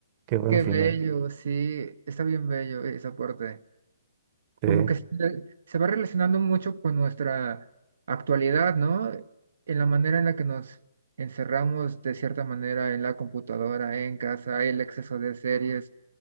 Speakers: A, on the right; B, on the right.
A: qué buen
B: qué
A: final.
B: bello, sí, está bien bello ese aporte.
A: Sí,
B: como que se, se va relacionando mucho con nuestra actualidad, ¿no? En la manera en la que nos encerramos de cierta manera en la computadora, en casa, el exceso de series,